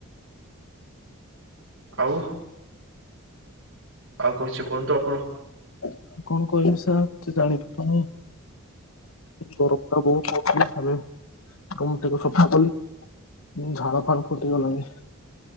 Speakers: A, on the right; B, on the left.
A: ଆଉ ଆଉ କୁଛି କୁହନ୍ତୁ ଆପଣ?
B: ଆଉ କଣ କହିବି ସା କିଛି ଜାଣିପାରୁନି। ଗରମଟା ବହୁତ ହଉଛି ଏବେ ରୁମ ଟିକେ ସଫା କଲି। ଝାଳ ଫାଳ ଫୁଟିଗଲାଣି।